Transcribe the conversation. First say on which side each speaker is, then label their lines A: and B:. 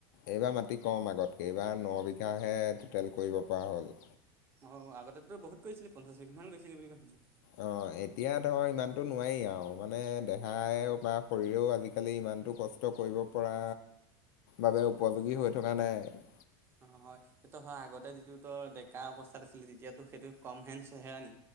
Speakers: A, on the left; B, on the right.
A: এইবাৰ মাটি কম আগতকৈ এইবাৰ ন বিঘাহে টুটেল কৰিব পৰা হ'ল
B: অঁ আগতেতো বহুত কৰিছিল পঞ্চাছ বিঘা মান কৰিছিলি বুলি শুনিছো।
A: অ এতিয়া ধৰ ইমানতো নোৱাৰি আৰু মানে দেহায় বা শৰীৰেও আজিকালি ইমানতটো কষ্ট। <unintelligible> কৰিব পৰা বাবে উপযোগী হৈ থকা নাই
B: অ হয় সেইটো হয় আগতে যিটো ত ডেকা অৱস্থাত আছিলে তেতিয়াত সেইটো কম হেন হেৰা ন